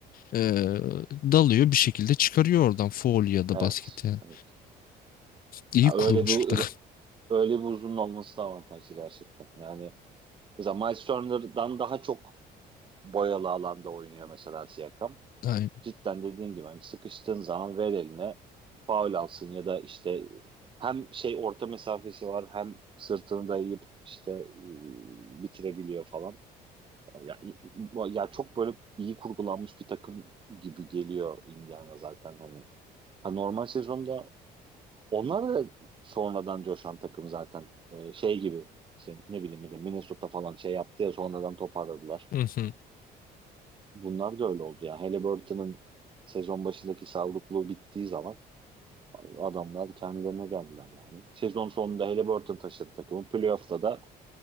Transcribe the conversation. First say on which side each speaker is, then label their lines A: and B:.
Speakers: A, on the left (about 60°); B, on the right (about 30°).
A: e, dalıyor bir şekilde çıkarıyor oradan faul ya da
B: evet.
A: basketi yani.
B: evet.
A: İyi
B: Ya
A: kurulmuş
B: öyle bir
A: bir takım.
B: öyle bir uzun olması da avantajlı gerçekten. Yani mesela Miles Turner'dan daha çok boyalı alanda oynuyor mesela Siakam.
A: <laughs> Aynen.
B: Cidden dediğin gibi hani sıkıştığın zaman ver eline faul alsın ya da işte hem şey orta mesafesi var hem sırtını dayayıp işte e, bitirebiliyor falan. Ya, i- ya çok böyle iyi kurgulanmış bir takım gibi geliyor Indiana zaten hani. Ha, normal sezonda onlar da sonradan coşan takım zaten. Ee, şey gibi işte ne bileyim bir de Minnesota falan şey yaptı ya sonradan toparladılar.
A: Hı hı.
B: Bunlar da öyle oldu ya. Halliburton'ın sezon başındaki savrukluğu bittiği zaman adamlar kendilerine geldiler yani. Sezon sonunda Halliburton taşıdı takımı. Playoff'ta da